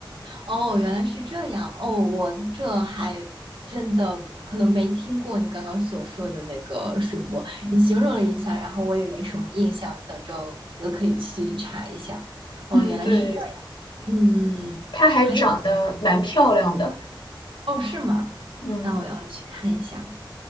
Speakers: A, on the right (about 85°); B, on the left (about 75°).
A: 哦，原来是这样，哦，我这还真的可能没听过你刚刚所说的那个水果，你形容了一下，然后我也没什么印象，等着我可以去查一下。哦，
B: 嗯，
A: 原来是这样。
B: 对，
A: 嗯，嗯嗯还有
B: 它还长得蛮漂亮的，
A: 哦，是吗？
B: 嗯，
A: 那我要去看一下。